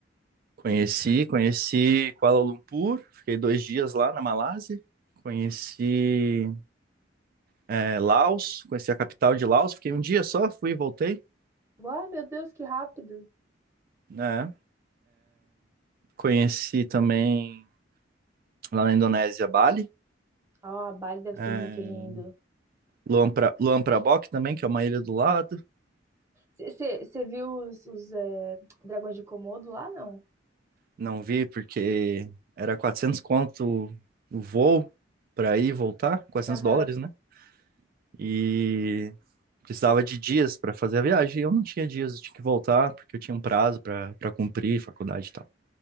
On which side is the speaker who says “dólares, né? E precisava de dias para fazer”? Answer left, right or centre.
Right